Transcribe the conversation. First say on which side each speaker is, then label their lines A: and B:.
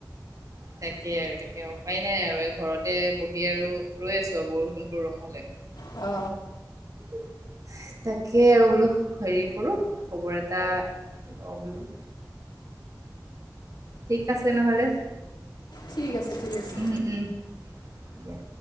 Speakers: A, on the right; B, on the left.
A: তাকে আৰু এতিয়া উপায় নাই আৰু এই ঘৰতে বহি আৰু ৰৈ আছো আৰু বৰষুণতো ৰখক ভালে।
B: অ
A: উ তাকেই আৰু বোলো হেৰি কৰো খবৰ এটা লও বোলো। ঠিক আছে নহ'লে
B: ঠিক আছে ঠিক আছে।
A: উম উম দিয়া।